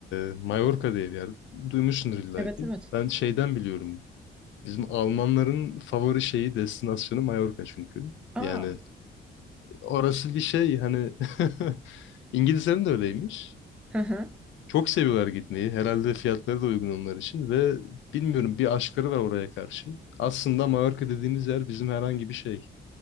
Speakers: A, on the left (about 70°); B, in the centre.
A: E, Mallorca diye bir yer. Duymuşsundur illa
B: Evet
A: ki.
B: evet.
A: Ben şeyden biliyorum. Bizim Almanların favori şeyi, destinasyonu Mallorca çünkü.
B: Aa,
A: Yani orası bir şey hani <laughs> İngilizlerin de öyleymiş.
B: Hı hı.
A: Çok seviyorlar gitmeyi. Herhalde fiyatları da uygun onlar için ve bilmiyorum bir aşkları var oraya karşı. Aslında Mallorca dediğimiz yer bizim herhangi bir şey.